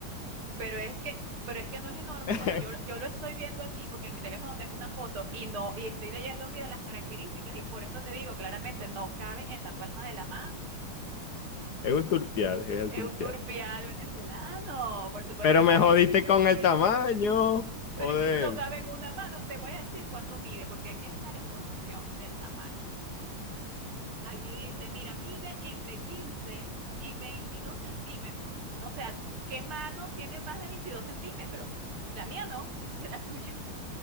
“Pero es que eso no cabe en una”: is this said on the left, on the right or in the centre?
Right